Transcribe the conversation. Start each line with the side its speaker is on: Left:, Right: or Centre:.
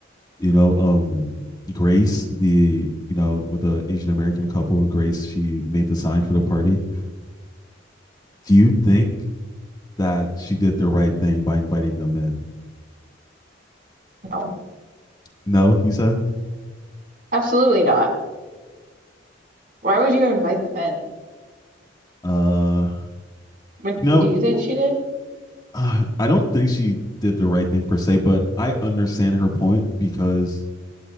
Left: you know um grace the you know with the asian american couple grace she made the sign for the party do you think that she did the right thing by inviting them in
Right: no,
Left: no you said
Right: absolutely not. Why would you invite them in?
Left: <laughs> uh
Right: Would-
Left: no
Right: Do you think she did?
Left: uh, I don't think she did the right thing per se, but I understand her point because